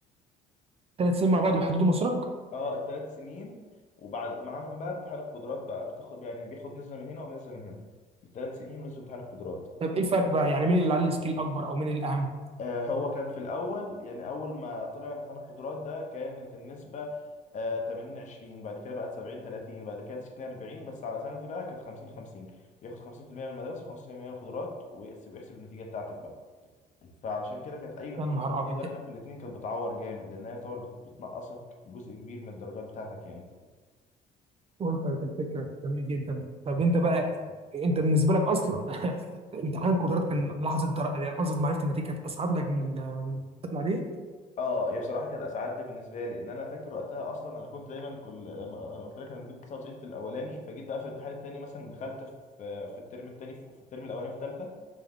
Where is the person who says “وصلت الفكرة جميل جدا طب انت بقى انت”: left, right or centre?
Right